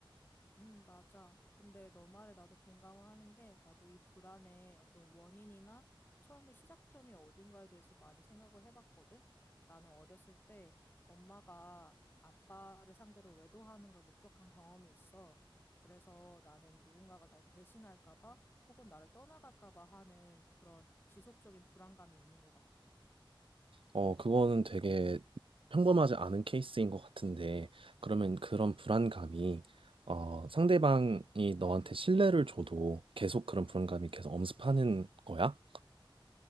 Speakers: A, on the left; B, on the right.
A: 음, 맞아. 근데 너 말에 나도 공감을 하는 게, 나도 이 불안의 어떤 원인이나 처음에 시작점이 어딘가에 대해서 많이 생각을 해봤거든. 나는 어렸을 때 엄마가 아빠를 상대로 외도하는 걸 목격한 경험이 있어. 그래서 나는 누군가가 날 배신할까 봐 혹은 나를 떠나갈까 봐 하는 그런 지속적인 불안감이 있는 것 같아.
B: 어, 그거는 되게 평범하지 않은 케이스인 것 같은데, 그러면 그런 불안감이, 어, 상대방이 너한테 신뢰를 줘도 계속 그런 불안감이 계속 엄습하는 거야?